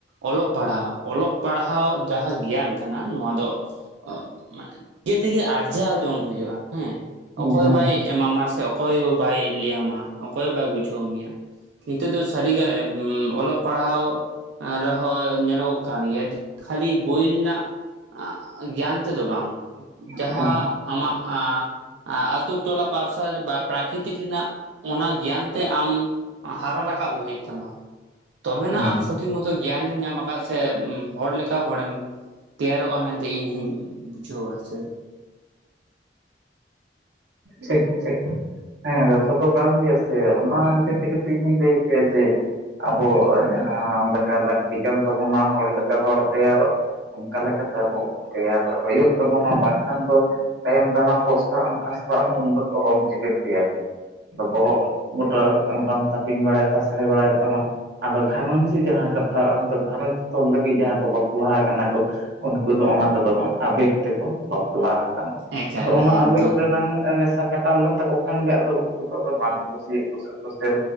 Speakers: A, on the right; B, on the right.
A: ᱚᱞᱚᱜ ᱯᱟᱲᱦᱟᱣ ᱚᱞᱚᱜ ᱯᱟᱲᱦᱟᱣ ᱡᱟᱦᱟᱸ ᱜᱮᱭᱟᱱ ᱠᱟᱱᱟ ᱱᱚᱣᱟ ᱫᱚ <unintelligible> ᱛᱮᱜᱮ ᱟᱨᱡᱟᱣ ᱡᱚᱝ ᱦᱩᱭᱩᱜᱼᱟ ᱦᱮᱸ
B: ᱦᱩᱸ
A: ᱚᱠᱚᱭ ᱵᱟᱭ ᱮᱢᱟᱢᱟ ᱥᱮ ᱚᱠᱚᱭ ᱵᱟᱭ ᱞᱟᱹᱭ ᱟᱢᱟ ᱚᱠᱚᱭ ᱵᱟᱭ ᱵᱩᱡᱷᱟᱹᱣ ᱢᱮᱭᱟ, ᱱᱤᱛᱚᱜ ᱫᱚ ᱥᱟᱹᱨᱤ ᱜᱮ ᱦᱩᱸ ᱚᱞᱚᱜ ᱯᱟᱲᱦᱟᱣ ᱨᱮᱦᱚᱸ ᱧᱮᱞᱚᱜᱚᱜ ᱠᱟᱱ ᱜᱮᱭᱟ ᱠᱷᱟᱹᱞᱤ ᱵᱳᱭ ᱨᱮᱱᱟᱜ ᱮᱸᱜ ᱜᱮᱭᱟᱱ ᱛᱮᱫᱚ ᱵᱟᱝ ᱡᱟᱦᱟᱸ
B: ᱦᱩᱸ
A: ᱟᱢᱟᱜ ᱮᱸᱻ ᱮᱸᱻ ᱟᱛᱳ ᱴᱚᱞᱟ ᱯᱟᱨᱥᱟ ᱨᱮ ᱵᱟ ᱯᱨᱟᱠᱨᱤᱛᱤᱠ ᱨᱮᱱᱟᱜ ᱚᱱᱟ ᱜᱮᱭᱟᱱ ᱛᱮ ᱟᱢ ᱦᱟᱨᱟ ᱨᱟᱠᱟᱵ ᱦᱩᱭᱩᱜ ᱛᱟᱢᱟ ᱛᱚᱵᱮᱱᱟ
B: ᱦᱩᱸ
A: ᱟᱢ ᱥᱚᱴᱷᱤᱠ ᱢᱚᱛᱚ ᱜᱮᱭᱟᱱᱮᱢ ᱧᱟᱢᱟᱠᱟᱫ ᱥᱮ ᱦᱚᱲ ᱞᱮᱠᱟ ᱦᱚᱲᱮᱢ ᱛᱮᱭᱟᱨᱚᱜᱼᱟ ᱢᱮᱱᱛᱮ ᱤᱧ ᱦᱚᱸᱧ ᱵᱩᱡᱷᱟᱹᱣᱟ ᱥᱮ
B: ᱴᱷᱤᱠ ᱴᱷᱤᱠ ᱦᱮᱸ ᱠᱟᱛᱷᱟ ᱫᱚ ᱠᱟᱱ ᱜᱮᱭᱟ ᱥᱮ ᱚᱱᱟ ᱠᱷᱟᱹᱛᱤᱨ ᱛᱮᱜᱮ ᱛᱚ ᱤᱧ ᱦᱚᱧ ᱞᱟᱹᱭ ᱟᱯᱮᱭᱟ ᱡᱮ ᱟᱵᱚ ᱡᱟᱦᱟᱸ ᱞᱮᱠᱟ ᱞᱟᱹᱠᱛᱤ ᱠᱟᱱ ᱛᱟᱵᱚᱱᱟ ᱦᱚᱲ ᱞᱮᱠᱟ ᱦᱚᱲ ᱛᱮᱭᱟᱨᱚᱜ ᱚᱱᱠᱟ ᱞᱮᱠᱟᱛᱮ ᱟᱵᱚ ᱛᱮᱭᱟᱨ ᱦᱩᱭᱩᱜ ᱛᱟᱵᱚᱱᱟ ᱵᱟᱝᱠᱷᱟᱱ ᱫᱚ ᱛᱟᱭᱚᱢ ᱫᱟᱨᱟᱢ ᱯᱚᱥᱛᱟᱜ ᱟᱢ ᱠᱷᱥᱛᱟᱜ ᱟᱢ ᱩᱱ ᱫᱚ ᱚᱦᱚᱢ ᱪᱤᱠᱟᱹ ᱠᱮᱭᱟ ᱵᱚᱦᱚᱜ ᱜᱚᱴᱟ ᱚᱝᱠᱟᱢ ᱛᱟᱯᱤᱧ ᱵᱟᱲᱟᱭ ᱛᱟᱥᱮᱨ ᱵᱟᱲᱟᱭ ᱛᱟᱢᱟ ᱟᱫᱚ ᱜᱷᱟᱨᱚᱸᱧᱽ ᱡᱟᱦᱟᱸ ᱠᱟᱛᱷᱟ ᱟᱢᱫᱚ ᱜᱷᱟᱨᱚᱸᱧᱽ ᱛᱚᱞ ᱞᱟᱹᱜᱤᱫ ᱡᱟᱦᱟᱸ ᱠᱚ ᱵᱟᱯᱞᱟ ᱠᱟᱱᱟ ᱠᱚ ᱩᱱᱠᱩ ᱫᱚ ᱚᱱᱟ ᱛᱮᱫᱚ ᱵᱟᱝ ᱟᱵᱮᱜᱽ ᱛᱮᱠᱚ ᱵᱟᱯᱞᱟ ᱟᱠᱟᱱᱟ
A: ᱮᱠᱟᱞ
B: ᱟᱫᱚ ᱚᱱᱟ
A: ᱮᱠᱫᱚᱢ
B: ᱟᱵᱮᱜᱽ ᱨᱮᱱᱟᱝ ᱱᱮᱥᱟ ᱠᱟᱴᱟᱣ ᱞᱮᱱ ᱛᱟᱠᱚ ᱠᱷᱟᱱ ᱜᱮ ᱟᱫᱚ ᱩᱱᱠᱩ ᱫᱚ ᱟᱫᱚ ᱵᱟᱝ ᱠᱩᱥᱤ, ᱠᱩᱥᱤ ᱠᱩᱥᱟᱹᱞ